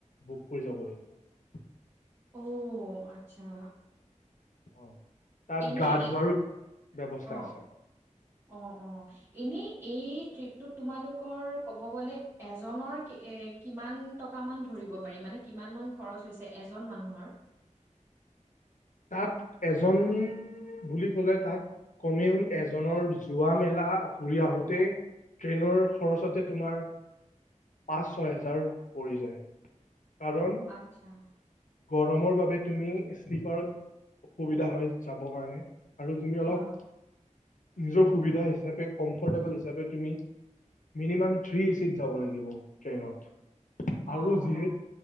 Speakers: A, on the left; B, on the right.
A: বুক কৰি যাব লাগিব
B: অ আচ্ছা
A: অ তাত
B: এনেই
A: গা
B: এ
A: ধোৱাৰো ব্যৱস্থা
B: অ
A: আছে
B: অ অ এনেই এই ট্ৰিপটোত তোমালোকৰ ক'ব গ'লে এজনৰ এ কিমান টকা মান ধৰিব পাৰি মানে কিমান মান খৰচ হৈছে এজন মানুহৰ
A: তাত এজন বুলি ক'লে তাত কমেও এজনৰ যোৱা মেলা ঘূৰি আহোঁতেই ট্ৰেইনৰ খৰচতে তোমাৰ পাঁচ ছয় হেজাৰ পৰি যায় কাৰণ
B: আচ্ছা
A: গৰমৰ বাবে তুমি শ্লিপাৰত অসুবিধা হয় যাবৰ কাৰণে আৰু তুমি
B: হা
A: অলপ নিজৰ সুবিধা হিচাপে কমফৰ্টেবল হিচাপে তুমি মিনিমাম থ্ৰী এচিত যাব লাগিব ট্ৰেইনত
B: আহ',
A: আৰু যিহে